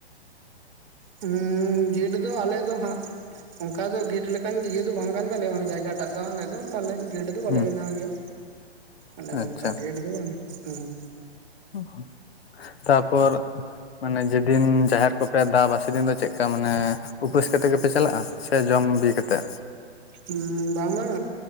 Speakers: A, on the right (about 45°); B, on the left (about 65°).
A: ᱦᱩᱸ ᱜᱮᱴ ᱫᱚ ᱟᱞᱮ ᱫᱚ ᱦᱟᱸᱜᱼᱼ ᱚᱱᱠᱟ ᱫᱚ ᱜᱮᱴ ᱞᱮᱠᱟᱱ ᱤᱭᱟᱹ ᱫᱚ ᱵᱟᱝ ᱠᱟᱱ ᱛᱟᱞᱮᱭᱟ ᱢᱟᱱᱮ ᱡᱟᱭᱜᱟᱴᱟᱜ ᱫᱚ ᱟᱞᱮ ᱫᱚ ᱢᱟᱱᱮ ᱜᱮᱴᱼᱼ ᱫᱚ ᱵᱟᱞᱮ
B: ᱦᱩᱸ
A: ᱵᱮᱱᱟᱣ ᱜᱮᱭᱟ ᱟᱞᱮ ᱫᱚ
B: ᱟᱪᱪᱷᱟ
A: ᱚᱱᱠᱟ ᱜᱮᱴ ᱫᱚ ᱵᱟᱝ ᱦᱮᱸ
B: <unintelligible> ᱛᱟᱯᱚᱨ ᱢᱟᱱᱮ ᱡᱮᱫᱤᱱ ᱡᱟᱦᱮᱨ ᱠᱚᱯᱮ ᱫᱟᱵᱟ ᱥᱮᱫᱤᱱ ᱫᱚ ᱪᱮᱫ ᱞᱮᱠᱟ ᱢᱟᱱᱮ ᱩᱯᱟᱹᱥ ᱠᱟᱛᱮᱫ ᱜᱮᱯᱮ ᱪᱟᱞᱟᱜᱼᱟ? ᱥᱮ ᱡᱚᱢ ᱵᱤ ᱠᱟᱛᱮᱫ?
A: ᱦᱩᱸ ᱵᱟᱝ ᱵᱟᱝ